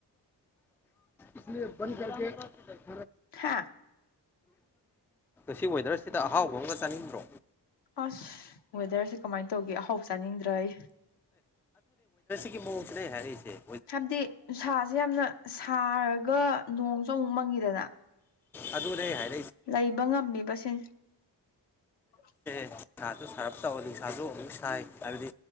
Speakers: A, in the centre; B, on the left (about 70°).
A: <unintelligible>
B: ꯊ
A: ꯁꯤ ꯋꯦꯗꯔꯁꯤꯗ ꯑꯍꯥꯎꯕ ꯑꯃꯒ ꯆꯥꯅꯤꯡꯗ꯭ꯔꯣ
B: ꯑꯁ ꯋꯦꯗꯔꯁꯦ ꯀꯃꯥꯏꯅ ꯇꯧꯒꯦ ꯑꯍꯥꯎ ꯆꯥꯅꯤꯡꯗ꯭ꯔꯩ
A: ꯃꯦ ꯍꯥꯏꯔꯤꯁꯦ
B: ꯍꯥꯏꯕꯗꯤ ꯎ ꯁꯥꯥꯁꯦ ꯌꯥꯝꯅ ꯁꯥꯔꯒ ꯅꯣꯡꯁꯨ ꯑꯃꯨꯛ ꯃꯪꯉꯤꯗꯅ
A: ꯑꯗꯨꯅꯦ ꯍꯥꯏ
B: ꯂꯩꯕ ꯉꯝꯃꯤꯕꯕꯁꯤ ꯍ
A: ꯅꯤꯁꯥꯁꯨ ꯁꯥꯔꯞ ꯇꯧꯔ ꯅꯤꯁꯥꯁꯨ ꯑꯃꯨꯛ ꯁꯥꯏ ꯍꯥꯏꯕꯗꯤ